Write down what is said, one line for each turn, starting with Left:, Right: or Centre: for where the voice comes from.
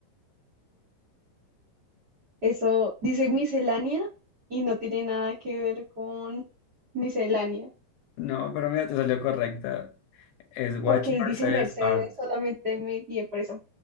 Right: Eso dice miscelánea y no tiene nada que ver con miscelánea,
Left: No, pero mira, te salió correcta. Es Watch
Right: porque ahí
Left: Mercedes
Right: dice Mercedes,
Left: Art.
Right: solamente me guié por eso.